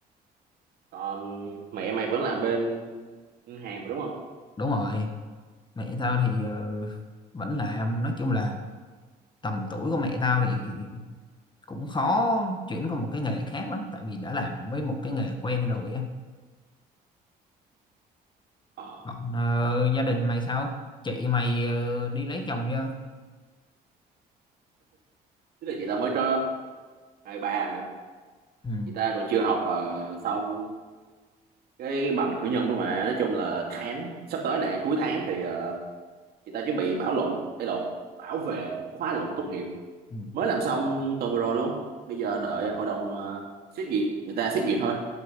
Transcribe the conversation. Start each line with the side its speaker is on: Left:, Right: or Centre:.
Right: còn mẹ mày vẫn làm bên ngân hàng mà đúng không
Left: đúng rồi mẹ tao thì ờ, vẫn làm nói chung là tầm tuổi của mẹ tao thì cũng khó chuyển qua một cái nghề khác lắm tại vì đã làm với một cái nghề quen rồi á
Right: ờ,
Left: còn ờ, gia đình mày sao chị mày ờ, đi lấy chồng chưa
Right: tức là chị tao mới cho hai ba hả?
Left: ừ.
Right: chị ta còn chưa học ờ, xong cái bằng cử nhân đó mà nói chung là tháng sắp tới nè cuối tháng thì ờ, chị ta chuẩn bị bảo luận hay luận, bảo vệ khóa luận tốt nghiệp
Left: ừ.
Right: mới làm xong tuần vừa rồi luôn bây giờ đợi hội đồng ờ, xét duyệt người ta xét duyệt thôi